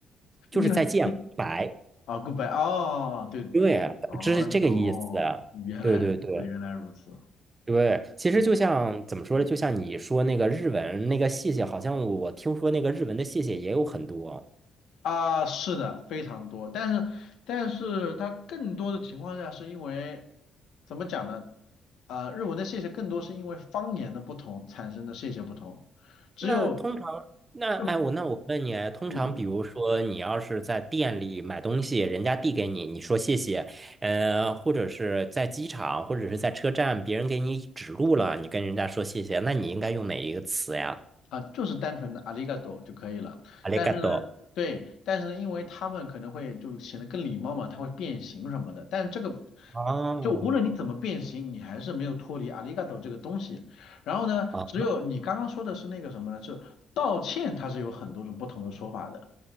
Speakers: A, on the right (about 25°); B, on the left (about 80°).
A: 就是再见，goodbye。
B: 另外是 C 啊，goodbye 哦，对，
A: 对啊，
B: 哦哟，
A: 这是这个意思啊。
B: 原来如此，
A: 对对对
B: 原来如此，
A: 对，其实就像怎么说呢？
B: 嗯。
A: 就像你说那个日文那个谢谢，好像我听说那个日文的谢谢也有很多。
B: 啊，是的，非常多，但是但是它更多的情况下是因为怎么讲呢？呃，日文的谢谢更多是因为方言的不同产生的谢谢不同，只有
A: 那通常，那哎，
B: 就
A: 我那我问你啊，通常比如说你要是在店里买东西，
B: 嗯嗯
A: 人家递给你，你说谢谢，呃，或者是在机场或者是在车站，别人给你指路了，你跟人家说谢谢，那你应该用哪一个词呀？
B: 啊，就是单纯的 arigato 就可以了。
A: ありがとう
B: 但是呢，对，但是呢，因为他们可能会就显得更礼貌嘛，它会变形什么的。但是这个
A: 哦，
B: 就无论你怎么变形，你还是没有脱离 arigato 这个东西。然后呢，
A: 哦，
B: 只有你刚刚说的是那个什么呢？就道歉，它是有很多种不同的说法的。